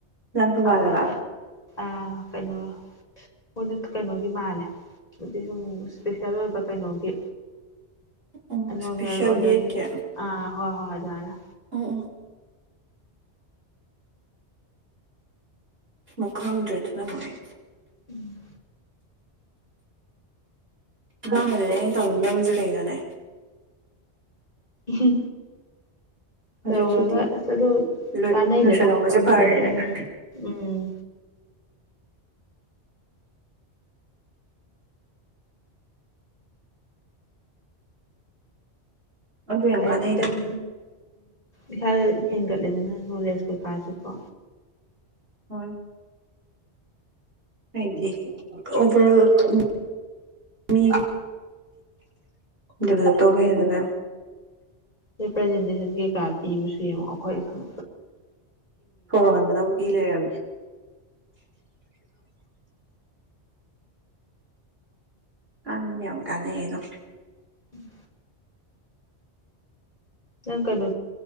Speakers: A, on the right (about 60°); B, on the left (about 35°).
A: ꯂꯥꯡꯊꯕꯥꯜꯂꯕ
B: ꯑꯃꯥ ꯑ ꯀꯩꯅꯣ ꯃꯣꯏꯗ ꯀꯩꯅꯣꯒꯤ ꯃꯥꯜꯂꯦ ꯑꯗꯨꯗꯤ ꯁꯨꯝ ꯏꯁꯄꯤꯁꯦꯜ ꯑꯣꯏꯕ ꯀꯩꯅꯣꯒꯤ
A: <unintelligible>
B: ꯅꯣꯔꯃꯦꯜ
A: ꯏꯁꯄꯤꯁꯦꯜ
B: ꯑꯣꯏꯗꯕꯅꯤ
A: ꯕꯤ ꯑꯦꯠꯀꯤ
B: ꯑꯥ ꯍꯣꯏ ꯍꯣꯏ ꯑꯗꯨꯃꯥꯏꯅ
A: ꯑꯣ ꯑꯣ ꯑꯃꯨꯛ ꯈꯪꯗ꯭ꯔꯦꯗꯅ ꯃꯣꯏ꯫
B: ꯎꯝ꯫
A: ꯑꯍꯥꯟꯕꯗꯨꯅꯦ ꯑꯩꯅ ꯇꯧꯅꯤꯡꯗꯕꯁꯦ ꯀꯩꯅꯣꯅꯦ꯫
B: ꯍ
A: ꯍꯧꯖꯤꯛꯄꯨꯗꯤ
B: ꯇꯧꯔꯒ ꯑꯁ ꯑꯗꯨ
A: ꯂꯣꯏ
B: ꯀꯥꯟꯅꯩꯗꯀꯣ
A: ꯂꯣꯏꯁꯤꯜꯍꯧꯕꯁꯦ
B: ꯇꯝꯃꯨꯕꯗꯤ
A: ꯐꯔꯦꯅ
B: ꯂꯣꯏꯅ
A: ꯈꯜꯂꯦ
B: ꯎꯝ꯫
A: ꯑꯗꯨ ꯌꯥꯝ
B: ꯂꯥꯏꯔꯤꯛꯇꯝ
A: ꯀꯥꯟꯅꯩꯗ
B: ꯏꯁꯥꯗ ꯍꯦꯟꯒꯠꯂꯦꯗꯅ ꯅꯣꯂꯦꯖ ꯀꯩꯀꯥꯁꯨ ꯀꯣ
A: ꯍꯣꯏ꯫ ꯍꯥꯏꯗꯤ ꯑꯣꯚꯔ ꯑꯣꯜ ꯃꯤꯒꯤ꯫ ꯗꯗꯤꯕꯂꯞ ꯇꯧꯕ ꯍꯥꯏꯖꯕ
B: ꯔꯤꯄ꯭ꯔꯖꯦꯟꯇꯦꯁꯟ ꯀꯩꯀꯥ ꯄꯤꯕꯁꯨ ꯌꯦꯡꯉꯑꯣ ꯑꯩꯈꯣꯏ ꯁꯨꯝ__
A: ꯍꯣꯔ ꯍꯟꯕꯗꯧ ꯄꯤ ꯂꯩꯔꯕꯝꯅꯦ꯫ ꯑꯜ ꯃꯗꯤ ꯌꯥꯝꯨ ꯀꯗ ꯌꯦꯩꯅꯣ
B: ꯎꯝ ꯅꯪ ꯀꯩꯅꯣ